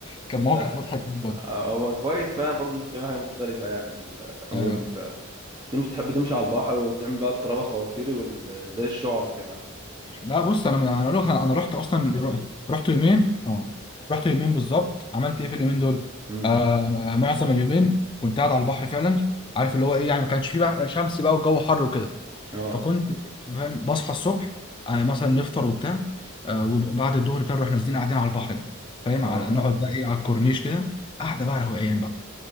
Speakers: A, on the left (about 25°); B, on the right (about 20°).
A: كان موقف
B: لا
A: مضحك جدا
B: هو كويس فعلا برضو انك تعمل حاجه مختلفه يعني في ال- عموما
A: ايوه
B: فعلا تمشي تحب تمشي على البحر وتعمل بقى الطرابه خواطيري وال... زي الشعرة كده
A: لا بص انا انا اقول لك انا أنا رحت اصلا ر- رحت يومين اه رحت يومين بالظبط عملت ايه في اليومين دول
B: امم
A: آه معظم اليومين كنت قاعد على البحر فعلا عارف اللي هو ايه يعني ما كانش فيه بقى شمس بقى والجو حر وكده
B: اه
A: فكنت فاهم، بصحى الصبح آه مثلا نفطر وبتاع آه وبعد الظهر كده نروح نازلين قاعدين على البحر فاهم على
B: اه
A: نقعد بقى ايه على الكورنيش كده قاعده بقى روقان بقى